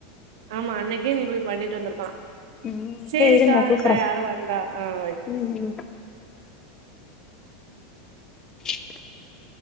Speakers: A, on the right; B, on the left.
A: ஆமா அன்னைக்கே நீ போய் பண்ணிட் வந்துருக்கலா
B: ம்
A: ச்சேரிக்கா
B: சேரி இருங்க
A: அண்டா
B: கூப்புறே
A: யாரு வந்தா ஆ வை
B: ம் ம் <inaudible>